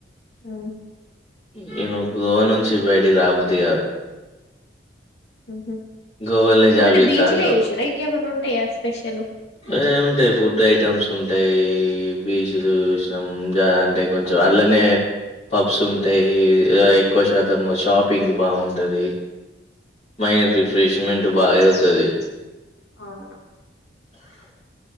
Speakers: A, on the left (about 60°); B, on the left (about 35°).
A: ఉమ్
B: ఇగా నువ్ గోవా నుంచి బయటికి రాబోద్దిగాదు
A: ఉహు
B: గోవల్నే జాబ్
A: ఓన్లీ
B: చేత్తా
A: బీచ్లే
B: అంటావ్
A: చూసిర్రా ఇంకేమన్నా ఉంటాయా స్పెషల్
B: ఏముంటాయ్ ఫుడ్ ఐటమ్స్ ఉం అంటే బీచ్లు చూసినం అంటే కొంచెం అల్లనే పబ్స్ ఉంటాయి ఎక్కువ శాతం షాపింగ్ బాగుంటది మైండ్ రిఫ్రెష్మెంట్ బాగా అయితది
A: అవున